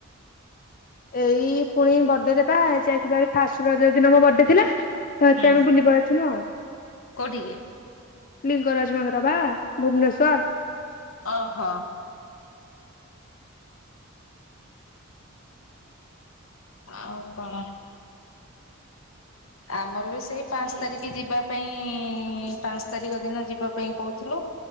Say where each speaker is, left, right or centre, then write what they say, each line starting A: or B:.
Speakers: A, on the left (about 40°); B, on the left (about 75°).
A: ଏଇ ପୁଣି ବଡେରେ ପା ଯାଇଥିଲୁ ଭାରି ଫାର୍ଷ୍ଟ ରଜ ଦିନ ମୋ ବଡେ ଥିଲା। ତ ଏଥିପାଇଁ
B: ହୁଁ
A: ଆମେ ବୁଲି ପଳେଇଥିଲୁ ଆଉ।
B: କୋଉଠିକି?
A: ଲିଙ୍ଗରାଜ ମନ୍ଦିର ପା ଭୁବନେଶ୍ୱର।
B: ଓହୋ। ଆଉ କଣ? ଆମର ବି ସେଇ ପାଞ୍ଚ ତାରିଖ ଯିବା ପାଇଁ ପାଞ୍ଚ ତାରିଖ ଦିନ ଯିବା ପାଇଁ କହୁଥୁଲୁ।